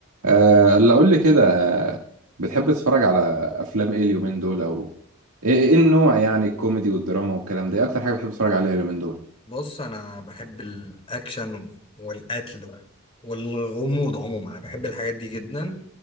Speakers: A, on the right; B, on the left.
A: أه اللي اقول لي كده بتحب تتفرج على افلام ايه اليومين دول او ايه إيه النوع يعني الكوميدي والدراما والكلام ده ايه اكتر حاجه بتحب تتفرج عليها اليومين دول
B: بص انا بحب الاكشن والقتل والغموض عموما انا بحب الحاجات دي جدا